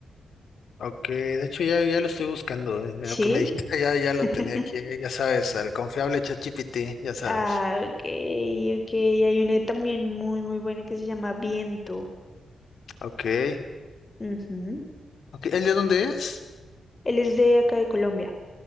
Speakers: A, on the left; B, on the left.
A: Ok, de hecho ya, ya lo estoy buscando, eh. De
B: ¿sí?
A: lo que me dijiste ya, ya lo
B: <laughs>
A: tenía aquí, eh, ya sabes, al confiable ChatGPT, ya sabes.
B: Ah, ok, ok. Hay una también muy, muy buena que se llama Viento.
A: Ok.
B: Ujú.
A: Ok, ¿el de dónde es?
B: Él es de acá de Colombia.